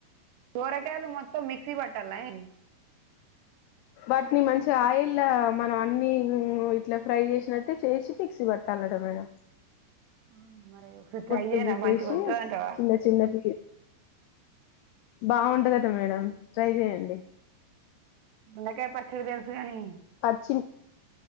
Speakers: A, on the right; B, on the left.
A: సొరకాయలు మొత్తం మిక్సీ బట్టలన్న
B: వాటిని మంచిగా ఆయిల్ మనం అన్ని ఉం ఇట్లా ఫ్రై చేసినట్టే చేసి మిక్సి బట్టాలటా మేడం
A: అవును మరి ఒకసారి ట్రై
B: పొట్టు
A: చేయనా
B: పీకేసి
A: మంచిగతాది అంటావా
B: చిన్న చిన్న బీ బాగుంటదట మేడం ట్రై చెయండి
A: దొండకాయ పచ్చడ తెలుసుగాని
B: పచ్చిమ్